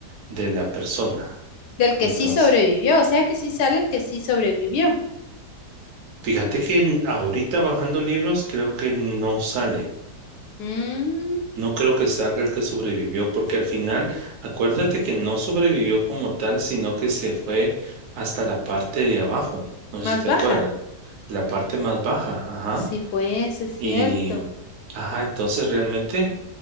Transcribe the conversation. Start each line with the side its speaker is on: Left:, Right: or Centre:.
Right: de la persona.
Left: Del que
Right: Entonces,
Left: sí sobrevivió. O sea que sí sale el que sí sobrevivió.
Right: fíjate que ahorita bajando libros creo que no sale.
Left: Mm,
Right: No creo que salga el que sobrevivió, porque al final, acuérdate que no sobrevivió como tal, sino que se fue hasta la parte de abajo. No
Left: más
Right: sé si te
Left: baja.
Right: acuerdas, la parte más baja, ajá.
Left: Sí, pues, es cierto.
Right: Y, ajá, entonces realmente